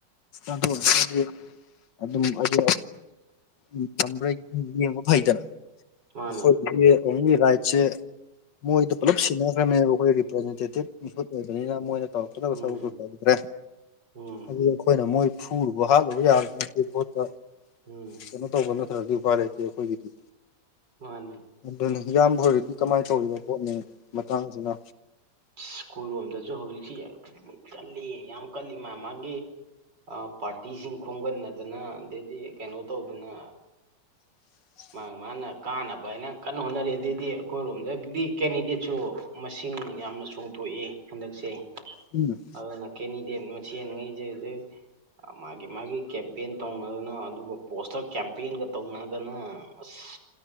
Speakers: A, on the left; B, on the right.
A: ꯑꯗꯨ ꯑꯣꯏꯔꯒꯗꯤ ꯑꯗꯨꯝ ꯑꯩ ꯎ ꯇꯝꯕ꯭ꯔꯩ ꯌꯦꯡꯕ ꯐꯩꯗꯅ
B: ꯃꯥꯅꯦ
A: ꯑꯩꯈꯣꯏꯗꯤ ꯑꯣꯡꯂꯤ ꯔꯥꯏꯠꯁꯦ ꯃꯣꯏꯗ ꯄꯨꯂꯞ ꯁꯤꯟꯅꯈ꯭ꯔꯕꯅꯦꯕ ꯑꯩꯈꯣꯏ ꯔꯤꯄ꯭ꯔꯖꯦꯟꯇꯦꯇꯤꯞ ꯃꯤꯍꯨꯠ ꯑꯣꯏꯕꯅꯤꯅ ꯃꯣꯏꯅ ꯇ ꯄꯒ
B: ꯎꯝ
A: ꯁ ꯇ ꯇꯗ꯭ꯔꯦ
B: ꯎꯝ
A: ꯑꯗꯨꯗꯤ ꯑꯩꯈꯣꯏꯅ ꯃꯣꯏ ꯐꯨꯔꯨꯕ ꯍꯥꯠꯂꯨꯕ ꯌꯥꯕꯗꯤ ꯅꯠꯇꯦ ꯈꯣꯠꯇ
B: ꯎꯝ
A: ꯀꯩꯅꯣ ꯇꯧꯕ ꯅꯠꯇ꯭ꯔꯗꯤ ꯎꯄꯥꯏ ꯂꯩꯇꯦ ꯑꯩꯈꯣꯏꯒꯤꯗꯤ
B: ꯃꯥꯅꯦ
A: ꯑꯗꯨꯅꯤ ꯏꯌꯥꯝꯕ ꯑꯣꯏꯔꯗꯤ ꯀꯃꯥꯏꯅ ꯇꯧꯔꯤꯕ ꯕꯣꯠꯅꯤꯡ ꯃꯇꯥꯡꯁꯤꯅ
B: ꯁ꯭ꯀꯨꯜ ꯂꯣꯝꯗꯁꯨ ꯍꯧꯖꯤꯛꯁꯤ ꯌꯥꯝ ꯃꯤ ꯀꯜꯂꯤ ꯌꯥꯝ ꯀꯜꯂꯤ ꯃꯥ ꯃꯥꯒꯤ ꯄꯥꯔꯇꯤꯁꯤꯡ ꯈꯣꯝꯒꯠꯅꯗꯅ ꯑꯗꯩꯗꯤ ꯀꯩꯅꯣ ꯇꯧꯗꯅ
A: <unintelligible>
B: ꯃꯥ ꯃꯥꯅ ꯀꯥꯟꯅꯕ ꯍꯥꯏꯅ ꯀꯟꯅ ꯍꯣꯠꯅꯔꯤ ꯑꯗꯨꯗꯗꯤ ꯑꯩꯈꯣꯏꯔꯣꯝꯗꯗꯤ ꯀꯦꯟꯗꯤꯗꯦꯠꯁꯨ ꯃꯁꯤꯡ ꯌꯥꯝꯅ ꯆꯣꯡꯊꯣꯛꯏ ꯍꯟꯗꯛꯁꯦ
A: ꯎꯝ
B: ꯑꯗꯨꯅ ꯀꯦꯟꯗꯤꯗꯦꯠ ꯃꯁꯦꯟꯈꯩꯁꯦ ꯍꯧꯖꯤꯛ ꯃꯥꯒꯤ ꯃꯥꯒꯤ ꯀꯦꯝꯄꯦꯟ ꯇꯧꯅꯗꯅ ꯑꯗꯨꯒ ꯄꯣꯁꯇꯔ ꯀꯦꯝꯄꯦꯟꯒ ꯇꯧꯅꯗꯅ ꯑꯁ